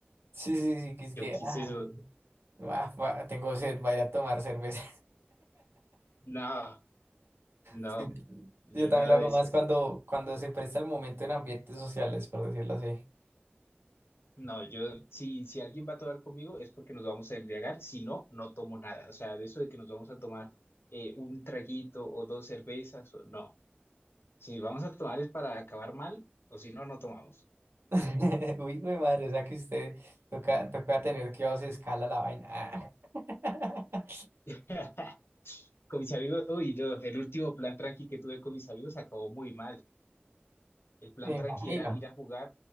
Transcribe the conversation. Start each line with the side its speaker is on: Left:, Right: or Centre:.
Right: Sí, sí, sí, que es
Left: Yo
Right: que,
Left: quise
Right: ah,
Left: eso.
Right: ah, fa- tengo sed, voy a ir a tomar cerveza.
Left: No, no,
Right: Sí,
Left: yo
Right: Yo también
Left: nada
Right: lo hago
Left: de eso.
Right: más cuando, cuando se presta el momento en ambientes sociales, por decirlo así.
Left: No, yo, si, si alguien va a tomar conmigo es porque nos vamos a embriagar, si no, no tomo nada. O sea, de eso de que nos vamos a tomar eh, un traguito o dos cervezas, o- no. Si vamos a tomar es para acabar mal, o si no, no tomamos.
Right: <laughs> Uy, güey, madre, o sea que usted toca, toca tener que a se escala la vaina. Ah. <laughs>
Left: <laughs> Con mis amigos, uy, no, el último plan tranqui que tuve con mis amigos acabó muy mal. El plan
Right: Me imagino.
Left: tranqui era ir a jugar,